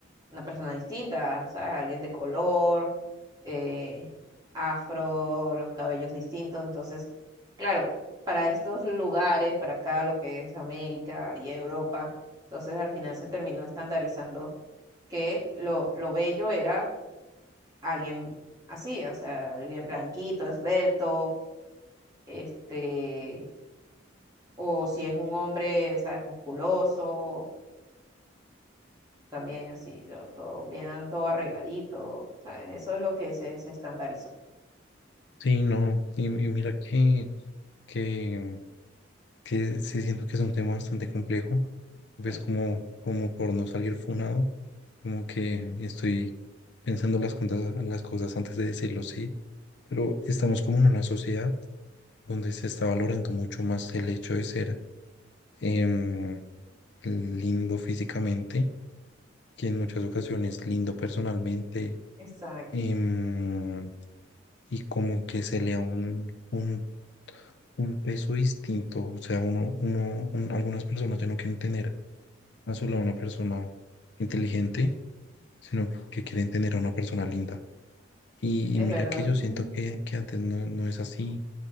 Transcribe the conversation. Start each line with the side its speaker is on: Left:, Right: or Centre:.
Right: una persona distinta, ¿sabes? Alguien de color, eh, afro, los cabellos distintos, entonces, claro, para estos lugares, para acá lo que es América y Europa, entonces al final se terminó estandarizando que lo, lo bello era alguien así, o sea, alguien blanquito, esbelto, este, o si es un hombre, ¿sabes? Musculoso, también así, ¿no? todo bien, todo arregladito, ¿sabes? Eso es lo que se, se estandarizó.
Left: Sí, no, y, y mira que, que que sí siento que es un tema bastante complejo, pues
Right: Sí,
Left: como, como por no salir funado, como que
Right: Ujú.
Left: estoy pensando las cosas, las cosas antes de decirlo, sí, pero estamos como en una sociedad donde se está valorando mucho más el hecho de ser em, lindo físicamente que en muchas ocasiones lindo personalmente
Right: exacto,
Left: em, y como que se le da un, un, un peso distinto. O sea, uno, uno, un- algunas personas ya no quieren tener a su lado una persona inteligente, sino que quieren tener a una persona linda. Y,
Right: es
Left: y mira
Right: verdad.
Left: que yo
Right: <laughs> Ujú,
Left: siento que, que antes no, no es así,